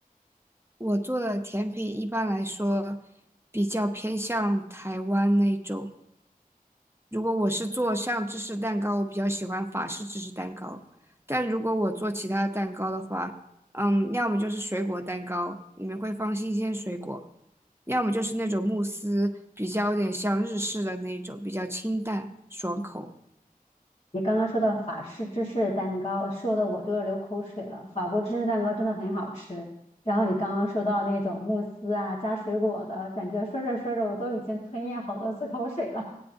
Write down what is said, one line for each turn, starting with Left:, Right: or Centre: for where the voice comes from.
Right: 我做的甜品一般来说比较偏向台湾那种，如果我是做像芝士蛋糕，我比较喜欢法式芝士蛋糕。但如果我做其他的蛋糕的话，嗯，要么就是水果蛋糕，里面会放新鲜水果；要么就是那种慕斯，比较有点像日式的那种，比较清淡爽口。
Left: 你刚刚说到法式芝士蛋糕，说的我都要流口水了。法国芝士蛋糕真的很好吃。然后你刚刚说到那种慕斯啊，加水果的，感觉说着说着我都已经吞咽好多次口水了，